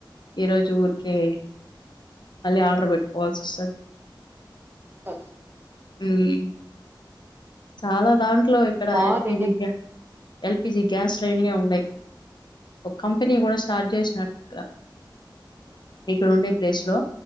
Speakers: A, on the left; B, on the right.
A: ఈరోోజు ఊరికే మళ్ళీ ఆర్డర్ పెట్టుకోవాల్సి వస్తది
B: త
A: మ్ చాల దాంట్ ట్లో ఇక్కడ
B: బాగా
A: ఎల్పిజీ
B: ఎనర్జీ
A: క ఎల్పిజీ గ్యాస్ లైన్నే ఉండయి ఒక కంపెనీ కూడ స్టార్ట్ చేసినాడుక్కడ ఇక్కడ ఉండే ప్లేస్లో